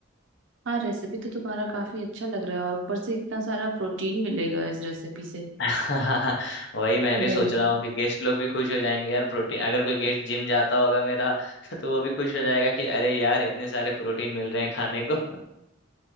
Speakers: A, on the right (about 75°); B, on the left (about 65°).
A: हाँ रेसिपी तो तुम्हारा काफी अच्छा लग रहा है और ऊपर से इतना सारा प्रोटीन मिलेगा इस रेसिपी से
B: <laughs> वही मैं
A: ये
B: भी सोच
A: हेल्दी
B: रहा हूँ कि गेस्ट लोग भी खुश हो जाएंगे यार प्रोटीन अगर कोई गेस्ट जिम जाता होगा मेरा <laughs> तो वो भी खुश हो जाएगा कि अरे यार इतने सारे प्रोटीन मिल रहे हैं खाने को